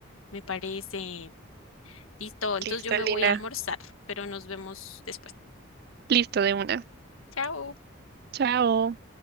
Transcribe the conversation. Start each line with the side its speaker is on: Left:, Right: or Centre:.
Left: me parece. Listo, entonces
Right: Listo,
Left: yo me voy
Right: Lina.
Left: a almorzar, pero nos vemos después.
Right: Listo, de una.
Left: Chao.
Right: Chao.